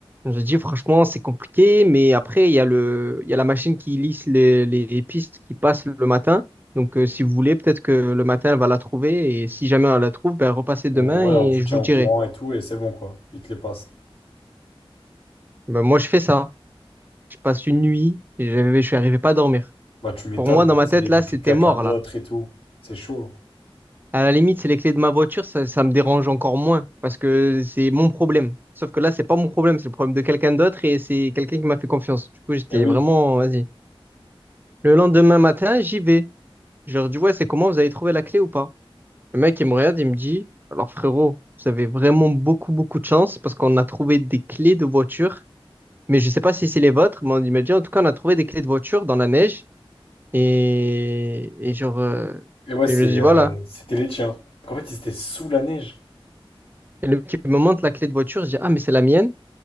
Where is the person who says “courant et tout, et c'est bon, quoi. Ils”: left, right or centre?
Left